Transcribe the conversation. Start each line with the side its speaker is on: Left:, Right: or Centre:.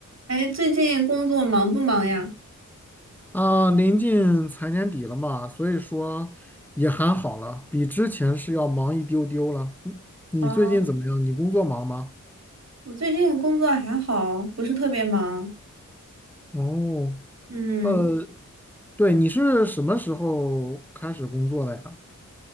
Right: 哎，最近工作忙不忙呀？
Centre: 啊，临近财年底了嘛，所以说也还好了，比之前是要忙一丢丢了。嗯你最近怎么样？
Right: 啊，
Centre: 你工作忙吗？
Right: 我最近工作还好，不是特别忙。
Centre: 哦，
Right: 嗯，
Centre: 呃，对，你是什么时候开始工作的呀？